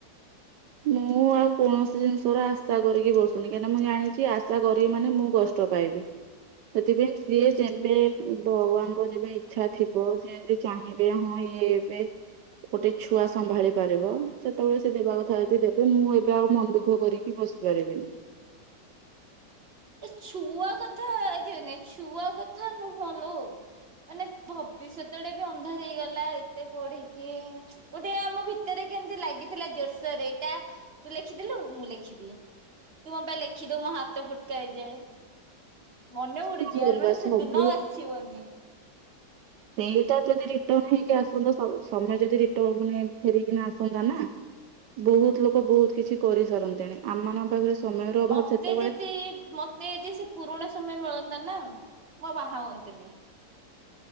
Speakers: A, on the right (about 80°); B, on the right (about 35°).
A: ମୁଁ ଆଉ କୌଣସି ଜିନିଷର ଆଶା କରିକି ବସୁନି କାହିଁକିନା ମୁଁ ଜାଣିଛି ଆଶା କରିବି ମାନେ ମୁଁ କଷ୍ଟ ପାଇବି ସେଥିପାଇଁ ସିଏ ଯେବେ ଭଗବାନଙ୍କ ଯେବେ ଇଚ୍ଛା ଥିବ ସେ ଯଦି ଚାହିଁବେ ହଁ ଇଏ ଏବେ ଗୋଟେ ଛୁଆ ସମ୍ଭାଳି ପାରିବ ସେତେବେଳେ ସିଏ ଦେବା କଥା। ଦେବେ ମୁଁ ଏବେ ଆଉ ମନ ଦୁଃଖ କରିକି ବସିପାରିବିନି।
B: ଏ ଛୁଆ କଥା ଏ ଯଉ ନାଇ ଛୁଆ କଥା ନୁହଁ ଲୋ ମାନେ ଭବିଷ୍ୟତଟେ ବି ଅନ୍ଧାର ହେଇଗଲା ଏତେ ପଢିକି ଗୋଟେ ଆମ ଭିତରେ କେମିତି ଲାଗିଥିଲା ଜୋରସୋରରେ ଏଇଟା ତୁ ଲେଖିଦଲୁ ମୁଁ ଲେଖିବି ତୁ ମୋ ପାଇଁ ଲେଖିଦଉ ମୋ ହାତ ଫୁଟ କେ ହେଇଯାଏ। ମନେ ପଡୁଛି
A: କଣ କରିବା
B: ୟାର ମାନେ
A: ସବୁ
B: ସେ ଦିନ ଆଉ ଆସିବନି।
A: ସେଇଟା ଯଦି ରିଟର୍ନ ହେଇକି ଆସନ୍ତା ସ ସମୟ ଯଦି ରିଟର୍ନ ମାନେ ଫେରିକିନା ଆସନ୍ତା ନା ବହୁତ ଲୋକ ବହୁତ କିଛି କରିସାରନ୍ତେଣି ଆମ ମାନଙ୍କ ପାଖରେ ସମୟର ଅଭାବ
B: ମତେ
A: ସେତେବେଳେ
B: ଯଦି ମତେ ଯଦି ସେ ପୁରୁଣା ସମୟ ମିଳ ନ୍ତା ନା। ମୁଁ ଆଉ ବାହା ହୁଅନ୍ତିନି।